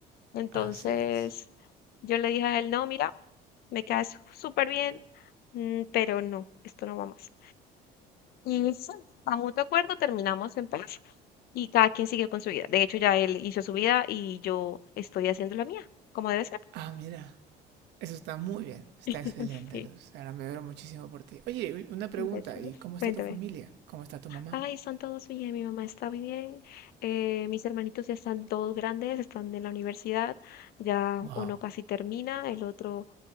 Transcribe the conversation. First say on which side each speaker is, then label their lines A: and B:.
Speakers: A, on the left; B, on the right.
A: Entonces,
B: así es.
A: yo le dije a él, no, mira, me quedas súper bien, mm, pero no, esto no va más. Y sí, a mutuo acuerdo terminamos en paz y cada quien siguió con su vida. De hecho, ya él hizo su vida y yo estoy haciendo la mía, como debe ser.
B: Ah, mira, eso está muy bien, está
A: <laughs>
B: excelente,
A: Sí,
B: Luz, ahora me alegro muchísimo por ti. Oye, una pregunta,
A: gracias.
B: ¿y cómo está
A: Cuéntame.
B: tu familia? ¿Cómo está tu mamá?
A: Ay,
B: <clears throat>
A: están todos bien, mi mamá está bien, eh, mis hermanitos ya están todos grandes, están en la universidad, ya
B: Wow.
A: uno casi termina, el otro